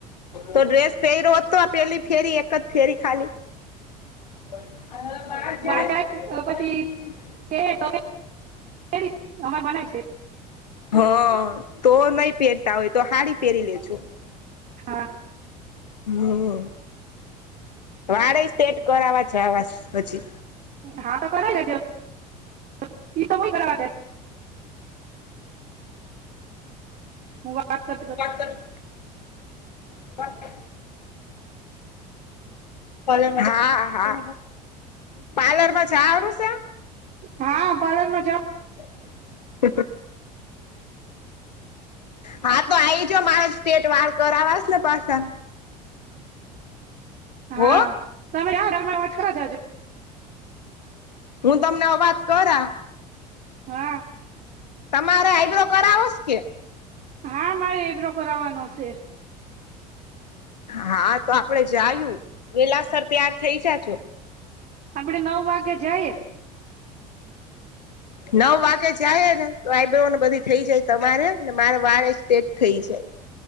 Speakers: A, on the left; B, on the right.
A: તો ડ્રેસ પહેરયો તો પેલી ફેરી એક જ ફેરી ખાલી. <inaudible>
B: બહાર જાય પછી <unintelligible>
A: હા તો નઈ પહેરતા હોય તો હાડી પહેરી લે જો.
B: હા
A: હમ. વાળે સ્ટેટ કરવા છે આવા પછી.
B: <unintelligible> હું વાત કર
A: <inaudible> <inaudible> <inaudible> હા હા પાર્લરમાં છે. આવું છે?
B: હા પાર્લર માં જાવ
A: <unintelligible> હા તો આઈજ મારા સ્ટેટ વાળ કરવાસ ને પાછા
B: હા
A: હો
B: તમે આવો વોચ કરાવી જાજો
A: હું તમને અવાજ કર આ
B: હા
A: તમારે આઈબ્રો કરાવોસ કે
B: હા મારે એ બલોો કરાવવાનો છે.
A: હા તો આપડે જયું વેલાસર ત્યાર થઇ જાજો
B: આપડ નવ વાગ્યા જએ
A: નવ વાગ્ય જાય ને તો આઈબને બધી થઈ જાય તમારે ને મારે વાર સ્ટેટ થઈ જાય